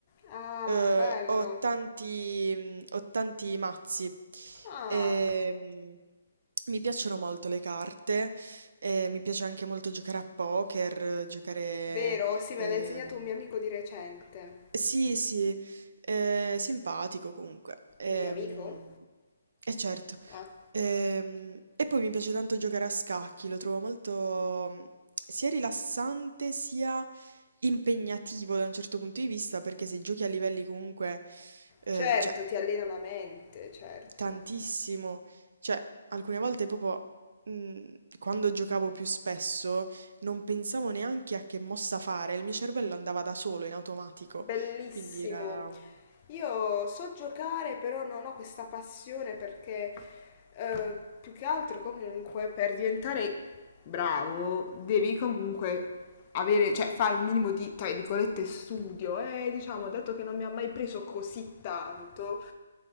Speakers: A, on the left; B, on the right.
A: Ah,
B: Eh,
A: bello.
B: ho tanti, mm, ho tanti mazzi.
A: Ah,
B: Ehm, mi piacciono molto le carte, eh, mi piace anche molto giocare a poker, giocare,
A: Vero? Sì, me
B: ehm,
A: l'ha insegnato un mio amico di recente.
B: sì, sì, eh, simpatico comunque. Ehm,
A: Il mio amico?
B: E certo.
A: Ah,
B: Ehm, E poi mi piace tanto giocare a scacchi, lo trovo molto mm, sia rilassante sia impegnativo da un certo punto di vista, perché se giochi a livelli comunque, eh,
A: certo,
B: cioè,
A: ti allena la mente, certo.
B: tantissimo, cioè, alcune volte proprio, mm, quando giocavo più spesso, non pensavo neanche a che mossa fare, il mio cervello andava da solo in automatico.
A: Bellissimo.
B: Quindi era. mm,
A: Io so giocare, però non ho questa passione perché eh, più che altro comunque per diventare bravo devi comunque avere, cioè fare un minimo di, tra virgolette, studio e diciamo, dato che non mi ha mai preso così tanto,